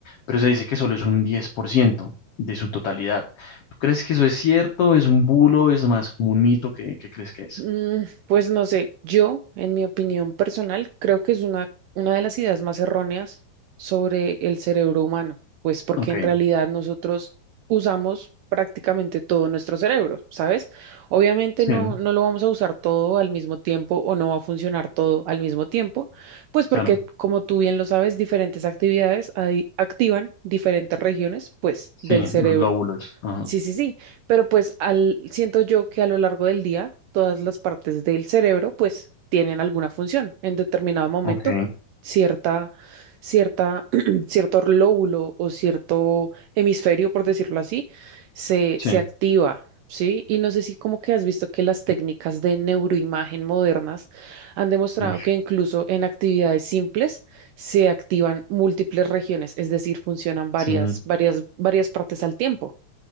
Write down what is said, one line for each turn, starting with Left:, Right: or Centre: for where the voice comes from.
Left: pero se dice que solo es un 10% de su totalidad. ¿Tú crees que eso es cierto? ¿Es un bulo? ¿Es más como un mito? ¿Qué, qué crees que es?
Right: Mm, Pues no sé, yo, en mi opinión personal, creo que es una, una de las ideas más erróneas sobre el cerebro humano, pues porque
Left: Ok,
Right: en realidad nosotros usamos prácticamente todo nuestro cerebro, ¿sabes? Obviamente
Left: sí,
Right: no, no lo vamos a usar todo al mismo tiempo o no va a funcionar todo al mismo tiempo, pues porque,
Left: claro.
Right: como tú bien lo sabes, diferentes actividades ahí activan diferentes regiones, pues,
Left: Sí,
Right: del cerebro.
Left: los lóbulos. Ajá.
Right: Sí, sí, sí, pero pues al, siento yo que a lo largo del día todas las partes del cerebro pues tienen alguna función. En determinado momento
Left: Ok,
Right: cierta, cierta, <clears throat> cierto lóbulo o cierto hemisferio, por decirlo así, se,
Left: sí.
Right: se activa, ¿sí? Y no sé si como que has visto que las técnicas de neuroimagen modernas han demostrado
Left: Ush,
Right: que incluso en actividades simples se activan múltiples regiones, es decir, funcionan varias,
Left: sí,
Right: varias, varias partes al tiempo.